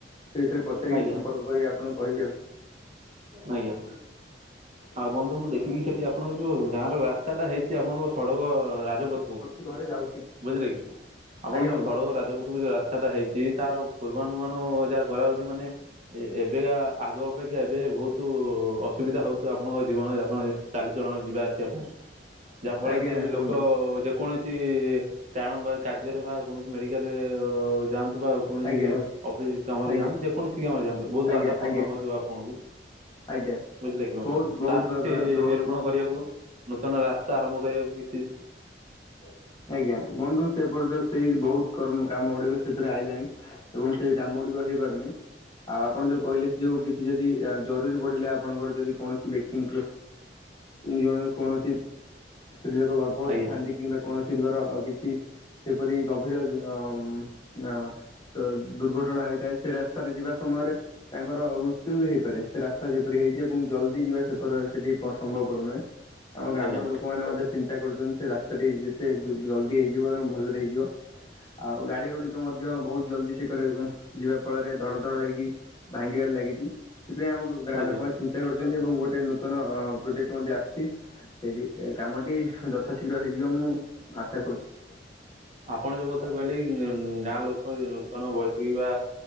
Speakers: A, on the left; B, on the right.
A: ସେ ବିଷୟରେ ପଚାରିକି
B: ଆଜ୍ଞା
A: ସମ୍ପର୍କ କରିକି ଆପଣଙ୍କୁ କହିବେ ଆଉ।
B: ଆଜ୍ଞା, ଆଉ ବନ୍ଧୁ ମୁଁ ଦେଖିଲି କି ସେଠି ଆ ଆପଣଙ୍କ ଯୋଉ ଗାଁ ର ରାସ୍ତାଟା ହେଇଛି ଆପଣଙ୍କ ସଡକ ରା ରାଜପଥକୁ
A: ଆଉ
B: ବୁଝିଲେ କି। ଆପଣ
A: ଆଜ୍ଞା
B: ଯଉ
A: ବନ୍ଧୁ
B: ସଡ଼କ ରାଜପଥ କୁ ଯଉ ରାସ୍ତାଟା ହେଇଛି। ତାର ପୂର୍ବାନୁମାନ ଯାହା କରାହାଉଛି ମାନେ ଏବେକା ଆଗ ଅପେକ୍ଷା ଏବେ ବହୁତ ତୁ ଅସୁବିଧା ହଉଥିଵ ଆପଣଙ୍କ ଜୀବନ ଯାପନରେ ଚାଲିଚଳଣ ଯିବା ଆସିବା ପାଇଁ। ଯାହା
A: ଆଜ୍ଞା
B: ଫଳରେ କି ଲୋକ
A: ବନ୍ଧୁ
B: ଯେକୌଣସି। ଟି କାରଣ ବା କାର୍ଯ୍ୟରେ ବା କୌଣସି ମେଡିକାଲରେ ଯାଆ ସୁବାଓ କୌଣସି
A: ଆଜ୍ଞା।
B: ଅଫିସ କାମରେ
A: ଆଜ୍ଞା
B: ଯାଆନ୍ତୁ। ଯେକୌଣସି କାମରେ ଯାଆନ୍ତୁ ବହୁତ
A: ଆଜ୍ଞା
B: ବାଧାପନ୍ନ
A: ଆଜ୍ଞା
B: ହଉଥିବ ଆପଣଙ୍କୁ।
A: ଆଜ୍ଞା
B: ବୁଝିଲେ କି ବନ୍ଧୁତାର
A: ବହୁତ ବହୁତ ବା-
B: କିଛି
A: ବା- ବହୁତ
B: ନିରୂପଣ କରିବାକୁ। ନୂତନ ରାସ୍ତା ଆରମ୍ଭ କରିବାକୁ କିଛି
A: ଆଜ୍ଞା ବନ୍ଧୁ ସେପର୍ଯ୍ୟ ସେଇ ବହୁତ କର୍ମ କାମ ଗୁଡିକ ସେଥିରେ ଆଇଲାଣି ଏବଂ ସେଇ କାମ ଗୁଡିକ ହେଇପାରୁନି। ଆଉ ଆପଣ ଯୋଉ କହିଲେ ଯୋଉ କିଛି ଯଦି ଆ ଜରୁରୀ ପଡିଲା ଆପଣଙ୍କର ଯଦି କୌଣସି ବ୍ୟକ୍ତିଙ୍କ ଜଣେ କୌଣସି ସ୍ତ୍ରୀ ଲୋକ ଗର୍ଭବତୀ
B: ଆଜ୍ଞା
A: ଥାନ୍ତି କିମ୍ବା କୌଣସି ଆଉ କିଛି ସେପରି ଗଭୀର ଆଁମ ଆଁ ଦୁର୍ଘଟଣା ହେଇଥାଏ ସେ ରାସ୍ତାରେ ଯିବା ସମ୍ଭବ ସମୟରେ ତାଙ୍କର ମୃତ୍ୟୁ ବି ହେଇପାରେ ସେ ରାସ୍ତା ଯେପରି ହେଇଛି ଏବଂ ଜଲଦି ଯିବା ସେପର ସେଠି ପସ ସମ୍ଭବ କରୁ ନାଇଁ ଆମ ଗ୍ରାମର
B: ଆଜ୍ଞା
A: ଲୋକମାନେ ମଧ୍ୟ ଚିନ୍ତା କରୁଛନ୍ତି ସେ ରାସ୍ତାଟି ସେ ଜୁ ଜଲଦି ହେଇଯିବ ଏବଂ ଭଲରେ ହେଇଯିବ ଆଉ ଗାଡି ଗୁଡିକ ତୁ ମଧ୍ୟ ବହୁତ ଜଲଦି ସେ କରେ ଉ ଯିବା ଫଳରେ ଧଡ ଧଡ ହେଇକି ଭାଙ୍ଗିବାରେ ଲାଗିଛି ସେଥିପାଇଁ ଆମ ଗଗାଁ
B: ଆଜ୍ଞା
A: ଲୋକମାନେ ଚିନ୍ତା କରୁଛନ୍ତି ଏବଂ ଗୋଟେ ନୂତନ ଅ ପ୍ରୋଜେକ୍ଟ ମଧ୍ୟ ଆସିଛି। ସେଇଠି ଏ କାମଟି ଯଥା ଶୀଘ୍ର ହେଇଯିବ ମୁଁ ଆଶା କରୁଛି।
B: ଆପଣ ଯୋଉ କଥା କହିଲେ କି ଗାଁ ଲୋକ ଅୟ ନୂତନ ବୈଠକ ବା